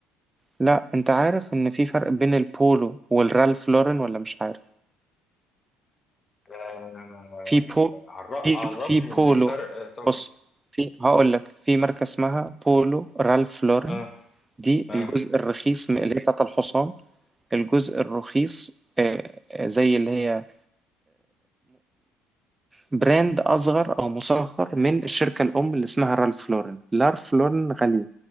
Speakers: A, on the right; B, on the left.
A: لا انت عارف ان في فرق بين البولو والرالف لورن ولا مش عارف
B: آه،
A: في بو
B: عر-
A: في
B: عرفني
A: في بولو
B: الفرق آه، طبعا
A: بص في هقول لك في ماركة اسمها بولو رالف لورن
B: اه
A: دي
B: اه
A: الجزء الرخيص م- اللي هي بتاعت الحصان الجزء الرخيص آه، آه، زي اللي هي براند أصغر أو مصغر من الشركة الأم اللي اسمها رالف لورن لارف لورن غالية